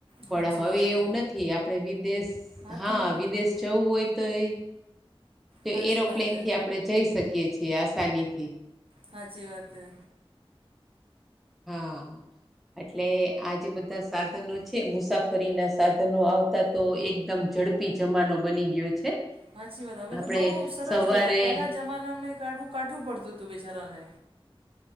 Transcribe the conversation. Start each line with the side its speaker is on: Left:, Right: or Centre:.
Centre: પણ
Right: સાચી
Centre: હવે
Right: વાત
Centre: એવું
Right: હે
Centre: નથી. આપણે વિદેશ
Right: હાથ
Centre: હા
Right: ધો લો
Centre: વિદેશ જવું હોય તો એ તો
Right: સાચી
Centre: એરોપ્લેન
Right: વાત હે
Centre: થી આપણે જઈ શકીએ છીએ આસાની થી.
Right: હાચી વાત હે.
Centre: હા. એટલે આ જે બધા સાધનો છે, મુસાફરીના સાધનો આવતા તો એકદમ ઝડપ પી જમાનો બની ગયો છે.
Right: હાચી વાત. હવે
Centre: આપણે
Right: તો બહુ સરલ
Centre: સવારે
Right: કહેવાય પહેલા જમાનામાંં કાઢવું કાઠું પડતું હતું બેચારાને.